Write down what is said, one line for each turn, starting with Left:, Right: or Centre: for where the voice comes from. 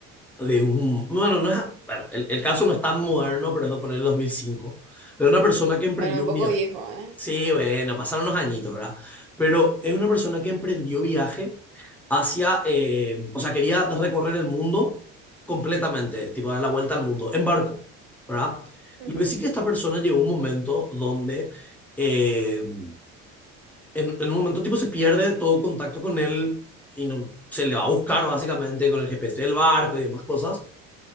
Centre: de un, bueno, no es, bueno, el, el caso no es tan moderno, pero es de poner el 2005, de una persona que emprendió
Right: Bueno, un
Centre: un
Right: poco
Centre: viaje.
Right: viejo, ¿eh?
Centre: Sí, bueno, pasaron unos añitos, ¿verdad? Pero es una persona que emprendió viaje hacia, eh, o sea, quería recorrer el mundo completamente, tipo dar la vuelta al mundo, en barco, ¿verdad?
Right: Ujú,
Centre: Lo que sí que esta persona llegó a un momento donde, eh, en, en un momento tipo se pierde todo contacto con él y no, se le va a buscar básicamente con el GPS del barco y demás cosas,